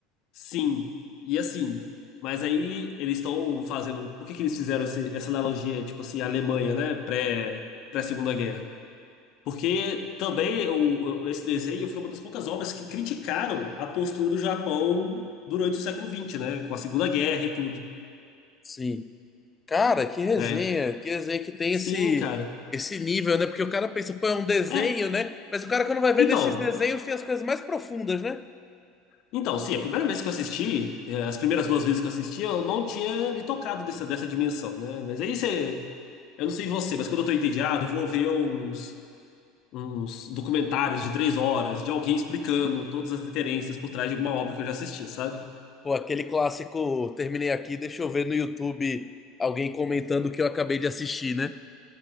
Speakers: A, on the left; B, on the left.
A: sim, e assim. Mas aí eles estão fazendo... Por que que eles fizeram esse- essa analogia, tipo assim, a Alemanha, né? Pré, pré-Segunda Guerra? Porque também o, esse desenho foi uma das poucas obras que criticaram a postura do Japão durante o século XX, né? Com a Segunda Guerra e tudo.
B: Sim. Cara, que resenha,
A: É,
B: que resenha que tem
A: sim,
B: esse
A: cara.
B: esse nível, né? Porque o cara pensa, pô, é um desenho,
A: É,
B: né? Mas o cara quando vai ver
A: então,
B: nesses desenhos tem as coisas mais profundas, né?
A: então, sim, a primeira vez que eu assisti, é, as primeiras duas vezes que eu assisti, eu não tinha me tocado dessa, dessa dimensão, né? Mas aí você. Eu não sei você, mas quando eu tô entediado, eu vou ver uns, uns documentários de três horas de alguém explicando todas as referências por trás de alguma obra que eu já assisti, sabe?
B: Pô, aquele clássico, terminei aqui, deixa eu ver no YouTube alguém comentando o que eu acabei de assistir, né?